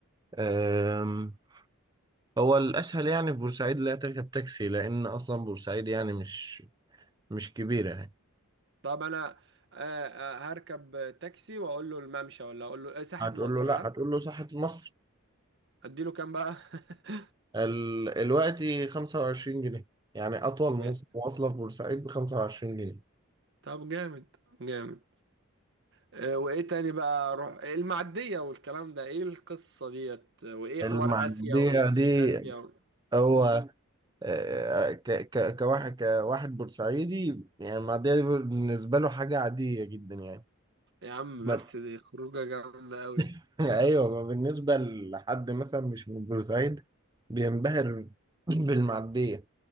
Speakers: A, on the right; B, on the right.
A: آم، هو الأسهل يعني في بورسعيد لا تركب تاكسي لأن أصلا بورسعيد يعني مش مش كبيرة يعني
B: طب انا آه، آه، هركب تاكسي واقول له الممشى ولا اقول له آه، ساحة
A: هتقول
B: مصر
A: له لا
B: ها
A: هتقول له ساحة مصر
B: اديله كام بقى <laughs>
A: ال... الوقت 25 جنيه يعني أطول مواص-
B: م-
A: مواصلة في بورسعيد ب 25 جنيه
B: طب جامد جامد آه، وايه تاني بقى اروح المعدية والكلام ده ايه القصة ديت آه، وايه
A: المعدية
B: حوار اسيا ومش
A: دي
B: اسيا و...
A: هو
B: مم.
A: آه، ك... ك... كواحد كواحد بورسعيدي يعني المعدية دي بالنسبة له حاجة عادية جدا يعني
B: يا عم
A: ما...
B: بس دي خروجة جامدة قوي
A: <laughs> أيوه ما بالنسبة لحد مثلا مش من بورسعيد بينبهر بالمعدية